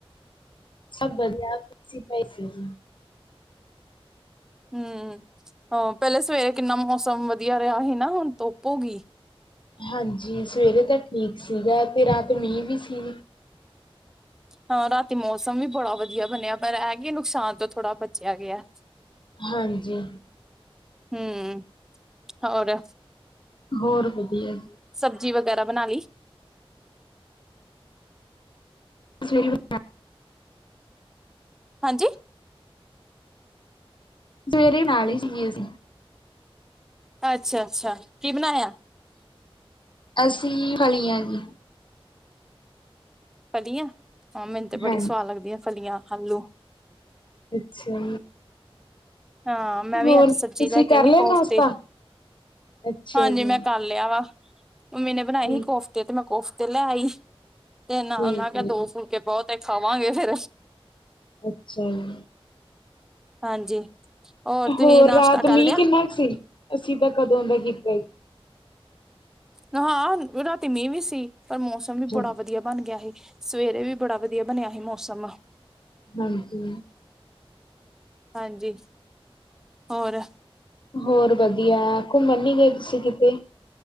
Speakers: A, on the left; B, in the centre.
A: ਸਭ ਵਧੀਆ ਅਸੀਂ ਪਏ ਸੀ ਜੀ।
B: ਹਮ ਹਾ ਪਹਿਲੇ ਸਵੇਰੇ ਕਿੰਨਾ ਮੌਸਮ ਵਧੀਆ ਰਿਹਾ ਹੀ ਨਾ ਹੁਣ ਧੁੱਪ ਹੋਗੀ।
A: ਹਾਂਜੀ, ਸਵੇਰੇ ਤਾਂ ਠੀਕ ਸੀਗਾ ਤੇ ਰਾਤ ਮੀਂਹ ਵੀ ਸੀ।
B: ਹਾਂ ਰਾਤੀ ਮੌਸਮ ਵੀ ਬੜਾ ਵਧੀਆ ਬਣਿਆ ਪਰ ਇਹ ਕੇ ਨੁਕਸਾਨ ਤੋਂ ਥੋੜ੍ਹਾ ਬਚਿਆ ਗਿਆ।
A: ਹਾਂਜੀ।
B: ਹਮ ਹੋਰ।
A: ਹੋਰ ਵਧੀਆ ਜੀ।
B: ਸਬਜ਼ੀ ਵਗੈਰਾ ਬਣਾ ਲਈ?
A: <inaudible>
B: ਹਾਂਜੀ।
A: ਸਵੇਰੇ ਨਾਲ ਹੀ ਸੀਗੇ ਅਸੀਂ।
B: ਅੱਛਾ- ਅੱਛਾ ਕੀ ਬਣਾਇਆ?
A: ਅਸੀ ਫਲੀਆਂ ਜੀ।
B: ਫਲੀਆਂ, ਹਾਂ ਮੈਨੂੰ ਤੇ
A: ਹਾਂਜੀ,
B: ਬੜੀ ਸਵਾਦ ਲੱਗਦੀਆਂ ਫਲੀਆਂ, ਆਲੂ।
A: ਅੱਛਾ।
B: ਹਾਂ, ਮੈਂ
A: ਹੋਰ
B: ਵੀ ਅੱਜ
A: ਤੁਸੀਂ
B: ਸਬਜ਼ੀ ਲੈ ਕੇ
A: ਕਰ
B: ਸੀ
A: ਲਿਆ
B: ਕੋਫਤੇ,
A: ਨਾਸ਼ਤਾ? ਅੱਛਾ
B: ਹਾਂਜੀ
A: ਜੀ।
B: ਮੈਂ ਕ ਲਿਆ ਵਾ, ਮੰਮੀ ਨੇ ਬਣਾਏ
A: ਠੀਕ,
B: ਸੀ ਕੋਫਤੇ ਤੇ ਮੈਂ ਕੋਫਤੇ ਲੈ ਆਈ। ਤੇ ਨਾਲ
A: ਠੀਕ
B: ਮੈਂ ਕਿਹਾ
A: ਹੈ
B: ਦੋ
A: ਜੀ,
B: ਫੁੱਲਕੇ ਬਹੁਤ ਖਾਵਾਂਗੇ ਫੇਰ।
A: ਅੱਛਾ ਜੀ।
B: ਹਾਂਜੀ। ਤੁਸੀਂ
A: ਹੋਰ
B: ਨਾਸ਼ਤਾ
A: ਰਾਤ
B: ਕਰ
A: ਮੀਂਹ
B: ਲਿਆ
A: ਕਿੰਨਾ ਕੁ ਸੀ, ਅਸੀਂ ਤਾਂ ਕਦੋਂ ਦੇ ਕੀਤੇ।
B: ਹਾਂ ਰਾਤੀ ਮੀਂਹ ਵੀ ਸੀ, ਪਰ ਮੌਸਮ ਵੀ
A: ਹਾਂ,
B: ਬੜਾ ਵਧੀਆ ਬਣ ਗਿਆ ਸੀ, ਸਵੇਰੇ ਵੀ ਬੜਾ ਵਧੀਆ ਵਧੀਆ ਬਣਿਆ ਸੀ ਮੌਸਮ।
A: ਹਾਂਜੀ।
B: ਹਾਂਜੀ ਹੋਰ।
A: ਹੋਰ ਵਧੀਆ ਘੁੰਮਣ ਨੀ ਗਏ ਤੁਸੀਂ ਕਿਤੇ?